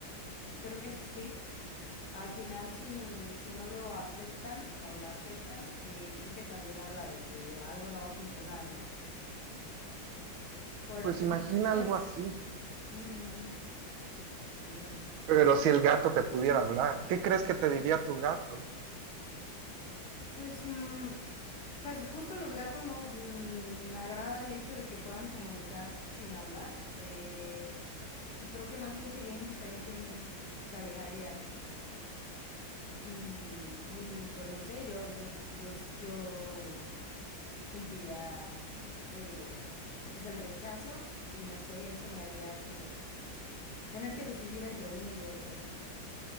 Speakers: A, on the left; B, on the right.
A: creo que sí. Al final, si, si no lo aceptan o la aceptan, eh, creo que también habla de que algo no va a funcionar, ¿no? Porque,
B: Pues imagina
A: pues
B: algo
A: sí.
B: así.
A: Mm. Mm,
B: Pero si el gato te pudiera hablar, ¿qué crees que te diría tu gato?
A: Pues, mm, pues justo los gatos no mm, me agrada el hecho de que puedan comunicar sin hablar eh, y creo que más bien sería indiferente a mí, se alejaría y, y, pues no sé, yo yo yo yo sentiría eh, pues el rechazo y no sé, eso me haría como tener que decidir entre uno y otro